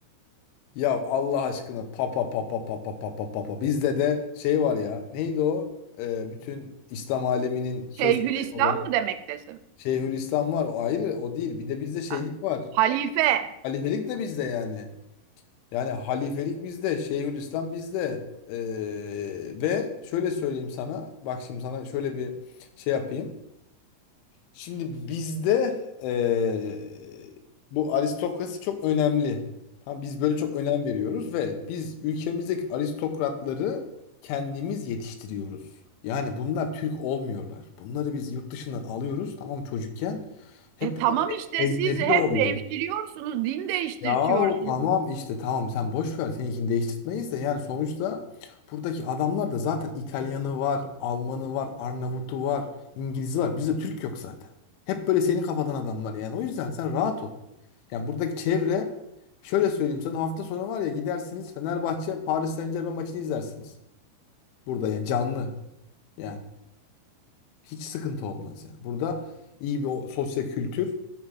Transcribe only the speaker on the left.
Ya Allah aşkına papa papa papa papa papa. Bizde de şey var ya neydi o? Ee, bütün İslam aleminin söz
sahibi olan
Şeyhülislam var o ayrı o değil. Bir de bizde şeylik
var.
Halifelik de bizde yani. Yani halifelik bizde, Şeyhülislam bizde. Ee, ve şöyle söyleyeyim sana, bak şimdi sana şöyle bir şey yapayım. Şimdi bizde ee, bu aristokrasi çok önemli. Tamam, biz böyle çok önem veriyoruz ve biz ülkemizdeki aristokratları kendimiz yetiştiriyoruz. Yani bunlar Türk olmuyorlar. Bunları biz yurt dışından alıyoruz tamam mı, çocukken. Hep
bunlar
ecnebi
oluyor.
Yahu tamam işte tamam sen boş ver seninkini değiştirtmeyiz de yani sonuçta buradaki adamlar da zaten İtalyanı var, Almanı var, Arnavutu var, İngilizi var. Bizde Türk yok zaten. Hep böyle senin kafadan adamlar yani. O yüzden sen rahat ol. Yani buradaki çevre şöyle söyleyeyim sana hafta sonu var ya gidersiniz Fenerbahçe Paris Saint-Germain maçını izlersiniz. Burada yani canlı yani. Hiç sıkıntı olmaz yani. Burada iyi bir o- sosyal kültür